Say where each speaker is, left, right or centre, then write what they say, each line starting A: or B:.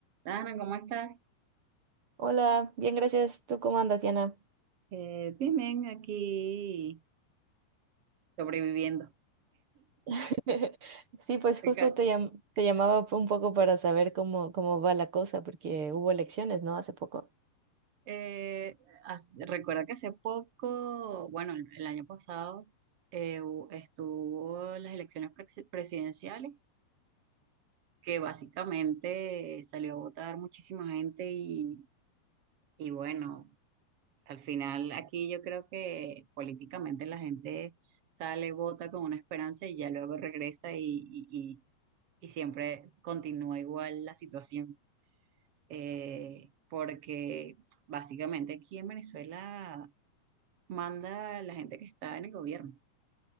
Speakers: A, on the right (about 80°); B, on the right (about 35°).
A: Dana, ¿cómo estás?
B: Hola, bien, gracias. ¿Tú cómo andas, Diana?
A: Eh, bien, bien, aquí Sobreviviendo.
B: <laughs> Sí, pues
A: Acá,
B: justo te, llam- te llamaba un poco para saber cómo, cómo va la cosa, porque hubo elecciones, ¿no? Hace poco.
A: eh, as- recuerda que hace poco, bueno, el, el año pasado, eh, hu- estuvo las elecciones presi- presidenciales, que básicamente salió a votar muchísima gente y, y bueno, al final aquí yo creo que políticamente la gente sale, vota con una esperanza y ya luego regresa y, y y- y siempre continúa igual la situación. eh, porque básicamente aquí en Venezuela manda la gente que está en el gobierno